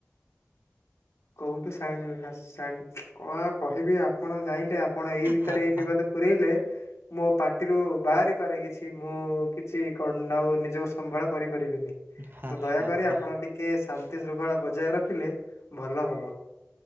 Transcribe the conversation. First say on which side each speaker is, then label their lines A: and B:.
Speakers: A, on the left; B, on the right.
A: କୋଉଠୁ ସାହାଯ୍ୟ ହାସ୍ ସାନ୍ କଣ ଆଉ କହିବି ଆପଣ ଯାଇଁଲେ ଆପଣ ଏଇ ଭିତରେ
B: ହା
A: ଏଇ
B: ହା
A: ବିବାଦକୁ ପୁରେଇଲେ ମୋ ପାଟିରୁ ବାହାରି ପାରେ କିଛି ମୁଁ କିଛି କଣ୍ଡାଉ ନି ଯୋଉ ସମ୍ଭାଳ କରିପାରିବିନି
B: ହା
A: ତ ଦୟାକରି
B: ହା ହା।
A: ଆପଣ ଟିକେ ଶାନ୍ତି ଶୃଙ୍ଖଳା ବଜାୟ ରଖିଲେ ଭଲ ହବ।